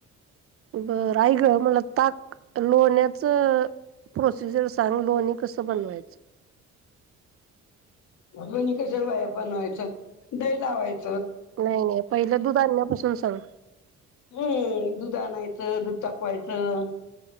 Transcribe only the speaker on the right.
बर आई गं मला ताक, लोण्याचं प्रोसिजर सांग लोणी कसं बनवायचं.
नाही नाही पहिलं दुध आन्यापासून सांग.